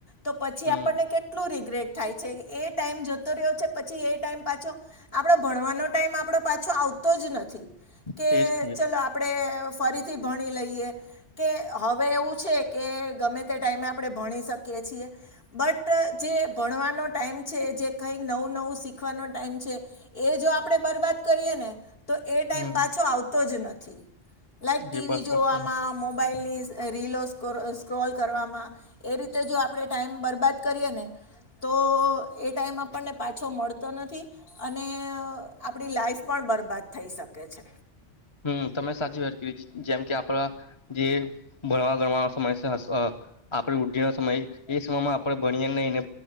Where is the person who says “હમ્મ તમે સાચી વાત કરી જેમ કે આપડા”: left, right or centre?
Left